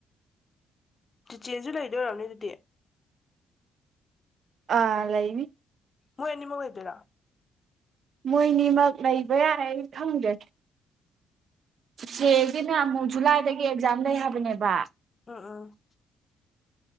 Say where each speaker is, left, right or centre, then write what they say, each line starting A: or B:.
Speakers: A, on the left; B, on the right.
A: ꯆꯤꯆꯦꯁꯨ ꯂꯩꯗꯣꯏ ꯑꯣꯏꯔꯝꯅꯤ ꯑꯗꯨꯗꯤ
B: ꯑꯥ ꯂꯩꯥꯅꯤ
A: ꯃꯣꯏ ꯑꯅꯤꯃꯛ ꯂꯩꯗꯣꯏꯔꯣ
B: ꯃꯣꯏꯅꯤꯃꯛ ꯂꯩꯕ ꯌꯥꯏ ꯈꯪꯗꯦ ꯆꯦꯒꯤꯅ ꯑꯃꯨꯛ ꯖꯨꯂꯥꯏꯗꯒꯤ ꯑꯦꯛꯖꯥꯝ ꯂꯩ ꯍꯥꯏꯕꯅꯦꯕ
A: ꯎꯝ ꯎꯝ